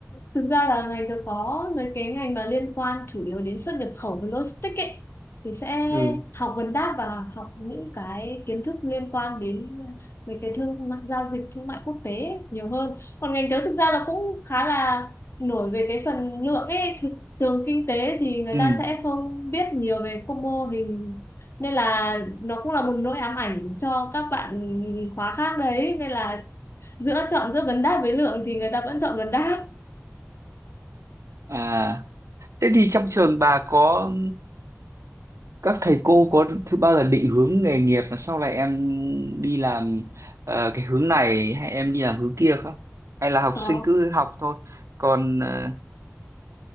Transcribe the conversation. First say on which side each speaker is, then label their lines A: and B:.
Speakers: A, on the left; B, on the right.
A: thực ra là ngành được có mấy cái ngành mà liên quan chủ yếu đến xuất nhập khẩu và logistics ấy thì sẽ
B: ừ
A: học vấn đáp và học những cái kiến thức liên quan đến mấy cái thương mại giao dịch thương mại quốc tế ấy, nhiều hơn còn ngành tớ thực ra là cũng khá là nổi về cái phần lượng ấy Thực- thường kinh tế thì người
B: ừ
A: ta sẽ không biết nhiều về các mô hình nên là nó cũng là một nỗi ám ảnh cho các bạn khóa khác đấy nên là giữa chọn giữa vấn đáp với lượng thì người ta vẫn chọn vấn đáp
B: à thế thì trong trường bà có các thầy cô có thứ bao giờ định hướng nghề nghiệp là sau này em đi làm ờ, cái hướng này hay em đi làm hướng kia không hay là học
A: có
B: sinh cứ học thôi còn ờ,